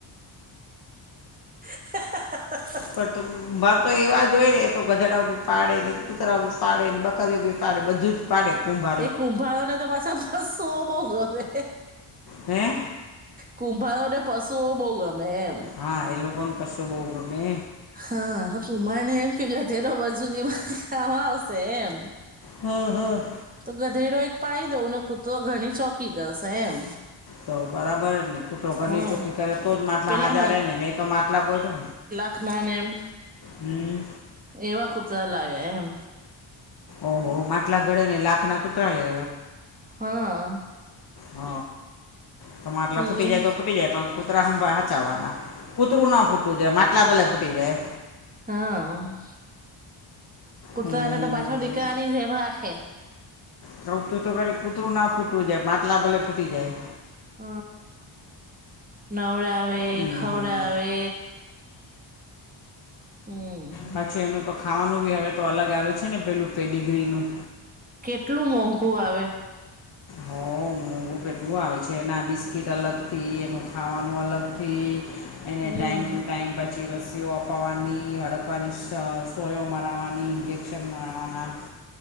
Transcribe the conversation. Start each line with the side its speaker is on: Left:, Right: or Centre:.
Right: હ.
Left: પણ તો માર તો એવા જો હોય ને તો ગધડા બી પાડે ને કૂતરા બી પાડે ને બકરીઓ બી પાડે બધું જ પાડે પુંભા
Right: એ ખુંભારોને તો પાછા સો બહ ગમે
Left: હે.
Right: કુંભારો ને પશુઓ બહુ ગમે એમ
Left: હા એેલો કોણ પશો બહુ ગમે
Right: હા તો કુમારને એમ કે વધેરોબ જુ આવા આવશે એમ
Left: હમ હમ.
Right: તો ગધેરો એક પાડી દઉંને કૂતરો ઘણી ચોકી કરશે એમ
Left: તો બરાબર ને કૂતરો ઘરની
Right: હમ
Left: કરે તો જ માટલા
Right: પેલા
Left: હાજર રહે ને નહી તો માટલા કોઈને.
Right: આખના ને એમ.
Left: હમ.
Right: એવા કુતરા લાગે એમ.
Left: ઓહો માટલા ઘડે ને લાખ ના કુતરા લ એ
Right: હા.
Left: હ તમા માટલા
Right: હમ
Left: ફૂટી જાય તોર ફૂટી જાય પણ કૂતરાા હચવાના કૂતરું ના ફૂટું જાય માટલા બલે ફૂટી જાય
Right: હા કૂતરાને
Left: હમ
Right: તો પાછળ દીકરા નહીં છે એમ રાખે
Left: સતું તો ઘડી કૂતરું ના ફૂટવું જાય માટલા ભલે ફૂટી જાય
Right: હ નવરા આવે
Left: હમ
Right: ખવડ
Left: હમ
Right: આવે હમ
Left: હા પછી એનું તો ખાવાનું બી હવે તો અલગ આવે છે ને પેલું પેડીગ્રીનું
Right: કેટલું મોંઘું આવે
Left: હમ. ું કેટલું આવે છે એના બિસ્કીટ અલગથી એનું ખાવાનું અલગથી એને
Right: હમ
Left: ટાઈમ ટુ ટાઈમ પછી રસીઓ આપ કપાવાની હડકવાની સ સોયો મરાવવાની ઇન્જેક્શન મરાવવાના